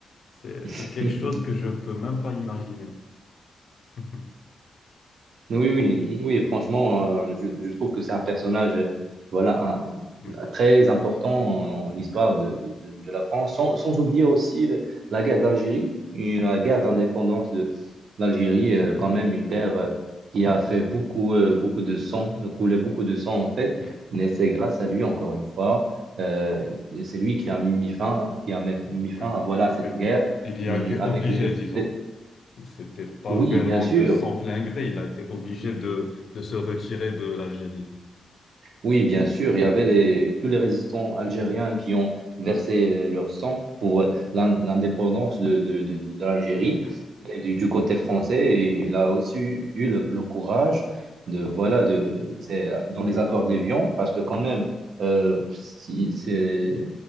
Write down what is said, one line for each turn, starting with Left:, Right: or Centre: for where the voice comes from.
Left: C'est, c'est
Right: <laughs>
Left: quelque chose que je peux même pas imaginer. <laughs>
Right: Oui, oui, oui, franchement, euh, je, je trouve que c'est un personnage, euh, voilà, un-
Left: Oui,
Right: très important dans l'histoire de, de- de- de la France, sans, sans oublier aussi euh, la guerre d'Algérie, et la guerre d'indépendance de l'Algérie, euh, quand
Left: ouais,
Right: même une guerre euh, qui a fait beaucoup, euh, beaucoup de sang, euh, coulé beaucoup de sang en fait,
Left: oui,
Right: mais c'est grâce à lui, encore une fois, euh, c'est lui qui a mis fin, qui a mis mis fin
Left: oui,
Right: à voilà, cette
Left: oui.
Right: guerre,
Left: Il y a
Right: hum,
Left: été obligé,
Right: avec les,
Left: disons.
Right: les-
Left: C'était pas
Right: Oui,
Left: vraiment
Right: bien sûr.
Left: de son plein gré. Il a été obligé de, de se retirer de l'Algérie.
Right: Oui, bien sûr, il y
Left: Oui,
Right: avait les, tous les résistants algériens qui ont versé euh, leur sang pour
Left: oui,
Right: euh, l'in- l'indépendance de, de- de- de l'Algérie.
Left: oui,
Right: Et Du, du côté français, et il a aussi eu eu le, le courage de, voilà, de, c'est dans les accords d'Évian, parce que quand
Left: oui.
Right: même, euh, si- c'est